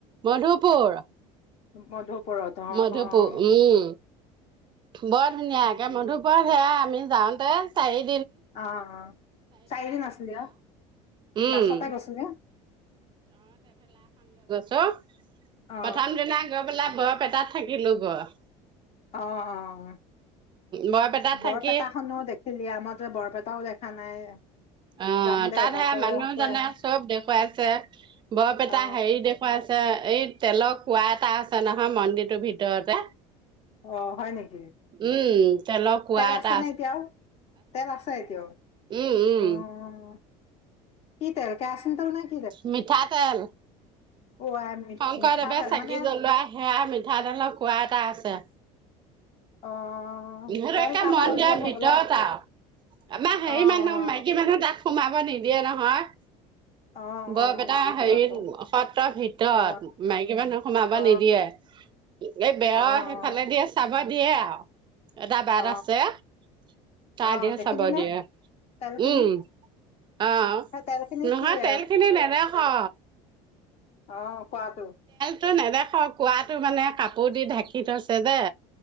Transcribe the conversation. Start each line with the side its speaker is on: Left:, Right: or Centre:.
Right: মধুপুৰ।
Left: মধুপুৰৰত অ,
Right: মধুপুৰ
Left: অ।
Right: উম বৰ ধুনীয়া
Left: উম
Right: একে মধুপুৰ সেয়া আমি যাওঁতে চাৰি
Left: অ, অ 'চাৰিদিন আছিলি আৰু
Right: উম
Left: বাছতে গৈছিলি?
Right: ত'
Left: অ
Right: প্ৰথম দিনা গৈ পেলাই বৰপেটাত থাকিলো গৈ। <unintelligible>
Left: অ, অ, অ।
Right: বৰপেটাত
Left: বৰপেটা
Right: থাকি
Left: খনো দেখিলি আমাৰ বৰপেটাও দেখা নাই। <unintelligible>
Right: অ'
Left: যাম দে
Right: তাত
Left: এবাৰ
Right: সে
Left: তই
Right: মানুহজনে
Left: কৈ আছ।
Right: চব দেখুৱাইছে, বৰপেটা
Left: অ
Right: হেৰি দেখুৱাইছে। এই তেলৰ কোৱা এটা আছে নহয় মন্দিৰটোৰ ভিতৰতে।
Left: অ, হয় নেকি?
Right: উম। তেলৰ কুঁৱা
Left: তেল
Right: এটা
Left: আছে নে এতিয়াও? তেল আছে এতিয়াও?
Right: উম, উম,
Left: অ' কি তেল কেআচিন তেল নে কি <unintelligible>
Right: মিঠা তেল।
Left: অ আই
Right: শংকৰদেৱে
Left: মিঠাতেল
Right: চাকি
Left: মানে
Right: জ্বলোৱা সেয়া মিঠাতেলৰ কুৱা এটা এটা আছে।
Left: অ
Right: এইবোৰ
Left: তেল
Right: একে
Left: তাৰ
Right: মন্দিৰৰ
Left: পৰা উলিয়াই থাকিলে
Right: ভিতৰত আৰু। আমাৰ হেৰি
Left: অ
Right: মানুহ
Left: অ
Right: মাইকী মানুহ তাক সোমাব নিদিয়ে নহয়।
Left: অ
Right: বৰপেটাৰ
Left: অ নিদিব
Right: হেৰিত
Left: আকৌ
Right: সত্ৰৰ ভিতৰত
Left: অ
Right: মাইকী মানুহ সোমাব
Left: অ
Right: নিদিয়ে। এ, বেৰ
Left: অ অ
Right: সেইফালে দিয়ে চাব দিয়ে আৰু, এটা বাট
Left: অ
Right: আছে। চ
Left: অ
Right: দিয়ে
Left: দেখিলি
Right: চাব
Left: নে
Right: দিয়ে
Left: তেল খিনি
Right: উম। <unintelligible> আহ
Left: সেই তেল খিনি
Right: নহয়
Left: কি
Right: তেল
Left: অ
Right: খিনি নেদেখা।
Left: অ, কোৱাটো।
Right: টো নেদেখ কুঁৱাটো মানে কাপোৰ দি ঢাকি থৈছে যে।